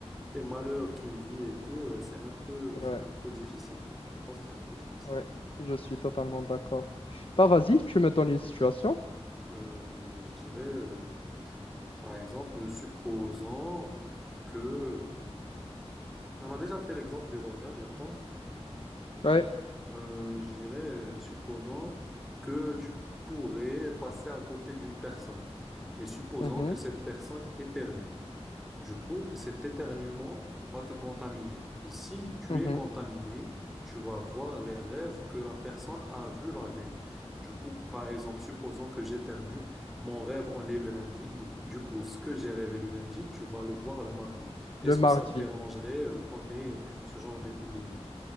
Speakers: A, in the centre; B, on the left.
A: les malheurs qu'il vit et tout, euh, c'est un peu,
B: Ouais,
A: c'est un peu difficile. Je pense que c'est un peu difficile.
B: ouais, je suis totalement d'accord. Bah, vas-y, tu me donnes une situation.
A: Euh, je dirais, euh, par exemple, supposons que, on a déjà fait l'exemple des organes, je pense.
B: Ouais.
A: Euh, je dirais, euh, supposons que tu pourrais passer à côté d'une personne et supposons
B: mhm,
A: que cette personne éternue. Du coup, cet éternuement va te contaminer. Et si tu
B: mhm.
A: es contaminé, tu vas voir les rêves que la personne a vus la veille. Du coup, par exemple, supposons que j'éternue, mon rêve en est le lundi. Du, du coup, ce que j'ai rêvé le lundi, tu vas le voir le mardi. Est-ce
B: Le mardi.
A: que ça te dérangerait euh, qu'on ait ce genre d'épidémie?